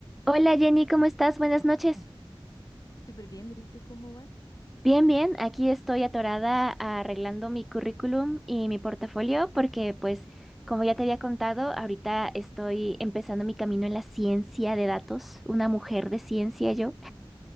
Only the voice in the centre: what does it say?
Hola Jenny, ¿cómo estás? Buenas noches.
Bien, bien, aquí estoy atorada arreglando mi currículum y mi portafolio porque pues como ya te había contado, ahorita estoy empezando mi camino en la ciencia de datos, una mujer de ciencia yo.